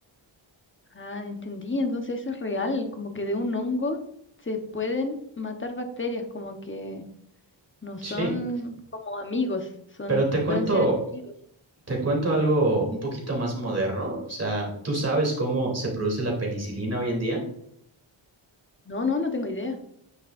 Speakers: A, on the left; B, on the right.
A: Ah, entendí. Entonces eso es real, como que de un hongo se pueden matar bacterias, como que no son
B: Sí,
A: como amigos, son,
B: pero te cuento
A: pueden ser enemigos.
B: Te cuento algo un poquito más moderno. O sea, ¿tú sabes cómo se produce la penicilina hoy en día?
A: No, no, no tengo idea.